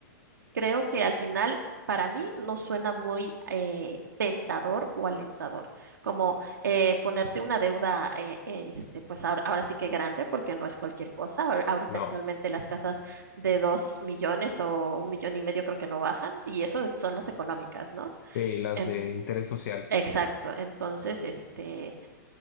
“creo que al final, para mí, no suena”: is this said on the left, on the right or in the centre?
Right